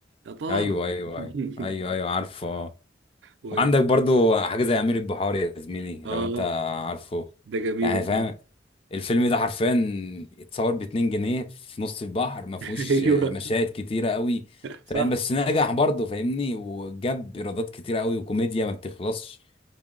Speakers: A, on the right; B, on the left.
A: يا طه
B: ايوه ايوه
A: <laughs>
B: ايوه ايوه ايوه عارفه
A: و...
B: وعندك برضو حاجة زي أمير البحار يا زميلي لو
A: آه
B: أنت عارفه
A: ده جميل
B: يعني
A: وفعلا.
B: فاهم الفيلم ده حرفيا اتصور باتنين جنيه في نص البحر ما فيهوش
A: <laughs> ايوه
B: آه، مشاهد كتيرة قوي
A: صح
B: فاهم بس نجح برضه فاهمني وجاب ايرادات كتيرة قوي وكوميديا ما بتخلصش